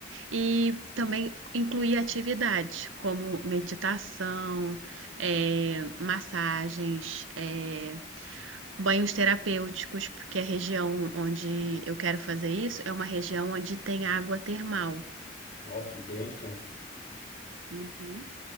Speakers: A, on the right; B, on the left.
A: e também incluir atividades como meditação, eh, massagens, eh, banhos terapêuticos, porque a região onde eu quero fazer isso é uma região onde tem água termal.
B: Ó, que bênção.
A: Uhum.